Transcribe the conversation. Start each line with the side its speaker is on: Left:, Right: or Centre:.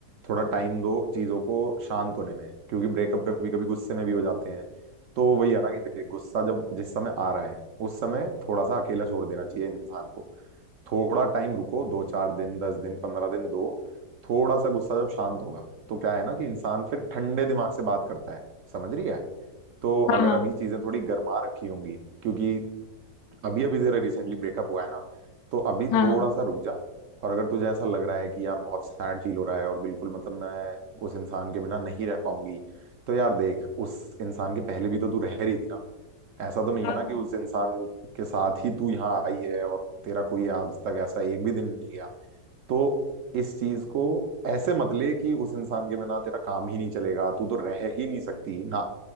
Right: थोड़ा टाइम दो चीजों को शांत होने में क्योंकि ब्रेकअप कभी कभी गुस्से में भी हो जाते हैं तो वही है ना कि देख गुस्सा जब जिस समय आ रहा है उस समय थोड़ा सा अकेला छोड़ देना चाहिए इंसान को थोड़ा टाइम रुको दो चार दिन दस दिन पंद्रह दिन दो थोड़ा सा गुस्सा जब शांत होगा तो क्या है ना कि इंसान फिर ठंडे दिमाग से बात करता है समझ रही है तो
Left: हाँ
Right: अगर
Left: हाँ
Right: अभी चीजें थोड़ी गर्मा रखी होंगी क्योंकि अभी अभी तेरा रिसेंटली ब्रेकअप हुआ है ना तो अभी
Left: हाँ
Right: थोड़ा
Left: हाँ
Right: सा रुक जा और अगर तुझे ऐसा लग रहा है कि यार बहुत सैड फील हो रहा है और बिल्कुल मतलब मैं उस इंसान के बिना नहीं रह पाऊंगी तो यार देख उस इंसान के पहले भी तो तू रह रही थी ना ऐसा तो नहीं
Left: हाँ
Right: है ना कि उस इंसान के साथ ही तू यहाँ आई है और तेरा कोई आज तक ऐसा एक भी दिन नहीं गया तो इस चीज को ऐसे मत ले कि उस इंसान के बिना तेरा काम ही नहीं चलेगा तू तो रह ही नहीं सकती ना